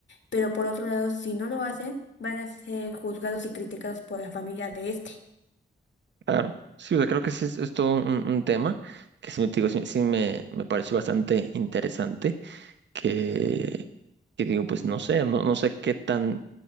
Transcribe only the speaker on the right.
Claro, sí, o sea, creo que sí es, es todo un, un tema que sí, me, digo, sí, sí me, me pareció bastante interesante, que, que digo, pues no sé, no, no sé qué tan,